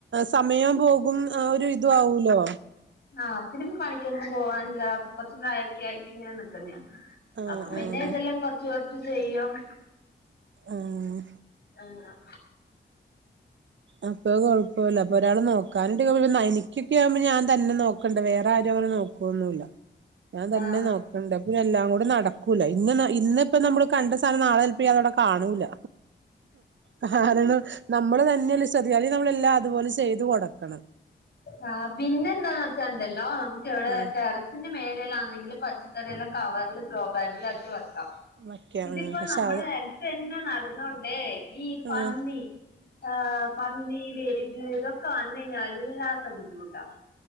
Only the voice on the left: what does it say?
ആഹ് അച്ഛനിപ്പം പണിക്കൊന്നും പോവാനില്ല കൊറച്ച് പ്രായൊക്കെ ആയിട്ട് ഇങ്ങനെ നിക്കുന്ന
അപ്പൊ പിന്നെ
ഇതെല്ലാം കൊറച്ച് കൊറച്ച് ചെയ്യും
അങ്ങന
ആ
ആഹ് പിന്നെ എന്താന്ന് വെച്ചാണ്ടല്ലോ നമുക്ക് ഇവിടെ
ടെറ സിന്റെ മേലയിലാണെങ്കിലും പച്ചക്കറി ല്ലാം കവറില് ഗ്രോ ബാഗിലാക്കി വയ്ക്കാം
ഇതിപ്പോ
നമ്മള്
നൽത്തന്നെ നട്ന്നോണ്ടേ ഈ പന്നി
ആഹ് പന്നി വെരുക് ഇതൊക്കെ വന്നു കഴിഞ്ഞ വല്ലാത്ത ബുദ്ധിമുട്ടാ